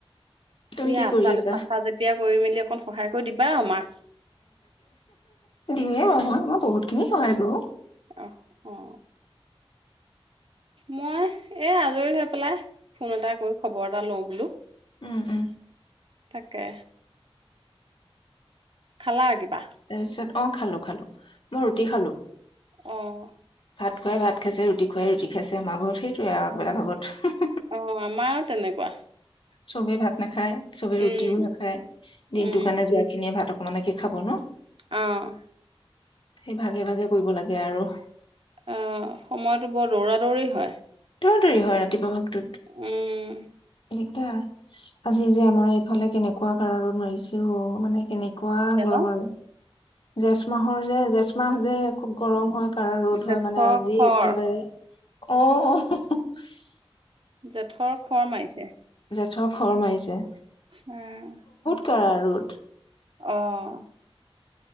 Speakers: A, on the left; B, on the right.
A: তুমি
B: দিয়া
A: কি
B: আচা'
A: কৰি আছা
B: আচা যেতিয়া কৰি মেলি অকণ সহায় কৰি দিবা আমাক
A: দিওঁয়ে বাৰু মই, মই বহুত খিনি সহায় কৰো।
B: অ'হ অ'। মই, এ আজৰি হৈ পেলাই ফোন এটা কৰি খবৰ এটা লওঁ বোলো?
A: ও'ও'।
B: তাকে। খালা কিবা?
A: তাৰপিছত অ' খালো খালো, মই ৰুটি খালো।
B: অ'।
A: ভাত খোৱাই ভাত খাইছে ৰুটি খোৱাই ৰুটি খাইছে আমাৰঘৰত সেইটোৱে আগবেলা ভাগত।
B: অ' আমা তেনেকুৱা।
A: চবেই ভাত নাখায়? চবে
B: উম
A: ৰুটিও নাখায়, দিনটো
B: উম
A: কাৰণে যোৱা খিনিয়ে ভাতক মানে কি? খাব ন।
B: অ'।
A: সেই ভাগে ভাগে কৰিব লাগে আৰু।
B: অহ সময়তবোৰ দৌৰা দৌৰি হয়।
A: দৌৰা দৌৰি হয় ৰাতিপুৱা।।
B: উম।
A: এইটা। আজিযে আমাৰ এইফালে কেনেকুৱা কাৰহা ৰ'দ মাৰিছে অহ মানে। এনেকুৱা
B: ছে
A: গৰম
B: ন
A: আৰু। জেঠমাহৰ যে জেঠমাহ যে খুব গৰম হয়। ৰ'দ
B: জেঠৰ
A: হয় মানে আজি
B: খৰ
A: একেবাৰে। অ' অ'। <inaudible>
B: জেঠৰ খৰ মাৰিছে।
A: খৰ খৰ মাৰিছে।
B: উম।
A: কাঢ়া ৰ'দ।
B: অহ।